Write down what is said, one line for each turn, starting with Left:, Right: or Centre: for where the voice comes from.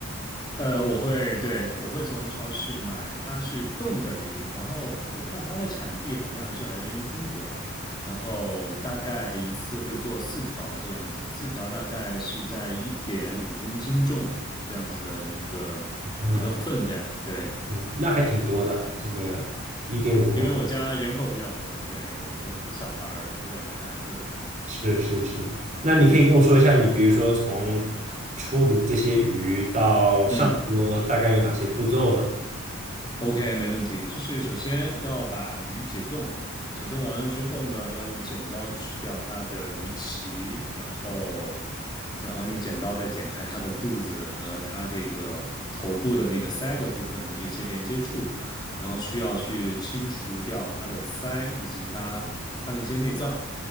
Left: 呃，我会，对，我会从超市买，它是冻的鱼，然后我看它的产地好像还是来源于中国，然后大概一次会做四条这样子，四条大概是在一点五公斤重这样子的一个一个分量，
Right: 啊，
Left: 对。
Right: 嗯，那还挺多的啊这个一点五公斤，
Left: 因为我家人口比较多，对，有有有小孩儿，有两个孩子，
Right: 是是是。那你可以跟我说一下，
Left: 嗯
Right: 你比如说从处理这些鱼到上桌，
Left: 嗯，
Right: 大概有哪些步骤吗？
Left: OK，没问题。就是首先要把鱼解冻，解冻完了之后呢，要用剪刀去掉它的鱼鳍，然后，然后用剪刀再剪开它的肚子和它这个头部的那个鳃的部分的这些连接处，然后需要去清除掉它的鳃以及它它的一些内脏。